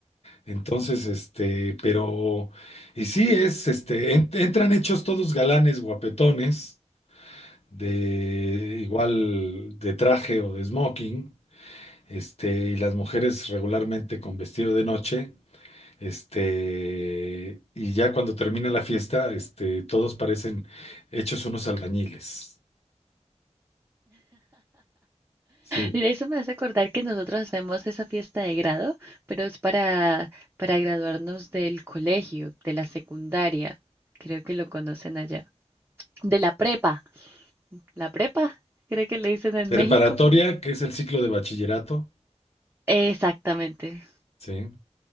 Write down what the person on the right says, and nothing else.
Eso me hace acordar que nosotros hacemos esa fiesta de grado, pero es para, para graduarnos del colegio, de la secundaria, creo que lo conocen allá, de la prepa, la prepa, creo que le dicen en
México.
Exactamente.